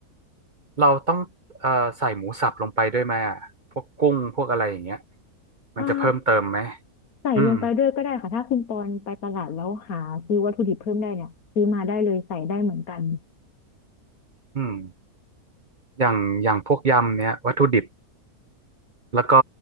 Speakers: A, on the right; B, on the left.
A: เราต้องเออใส่หมูสับลงไปด้วยไหมอ่ะพวกกุ้งพวกอะไรอย่างเงี้ย
B: อ่า
A: มันจะเพิ่มเติมไหม
B: ใส่ลงไปด้วยก็ได้ค่ะถ้าคุณปอนไปตลาดแล้วหาซื้อวัตถุดิบเพิ่มได้เนี่ยซื้อมาได้เลยใส่ได้เหมือนกัน
A: อืมอืมอย่างอย่างพวกยำเนี้ยวัตถุดิบ แล้วก็